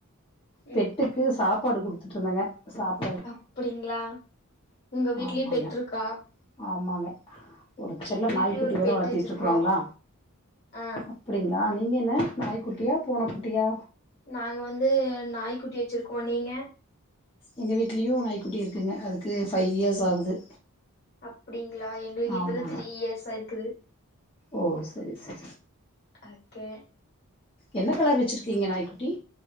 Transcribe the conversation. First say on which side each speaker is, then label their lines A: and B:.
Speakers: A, on the left; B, on the left.
A: பெட்டு
B: ம்
A: க்கு சாப்பாடு குடுத்துட்ருந்தங்க சாப்
B: அப்டிங்ளா உங்க வீட்லயு
A: ஆமாங்க
B: பெட்ருக்கா
A: ஆமாங்க ஒரு செல்ல
B: எங்க
A: நாய்க்குட்டி
B: வீட்லயு ஒரு
A: ஒன்னு
B: பெட்
A: வளத்திட்ருக்கறோங்ளா
B: வச்சிருக்கோ ஆ
A: அப் அப்டிங்ளா நீங்க என்ன நாய்க்குட்டியா பூனக்குட்டியா
B: நாங்க வந்து நாய்க்குட்டி வெச்சிருக்கோ நீங்க
A: எங்க வீட்லயு நாய்க்குட்டி இருக்குங்க அதுக்கு ஃபைவ் இயர்ஸ் ஆகுது
B: அப்டிங்ளா எங்களுக்கு இப்பதா
A: ஆமாங்க
B: த்ரீ இயர்ஸ் ஆய்ர்க்கிது
A: ஓ சரி சரி
B: அக்கே
A: என்ன கலர் வெச்சிருக்கீங்க நாய்க்குட்டி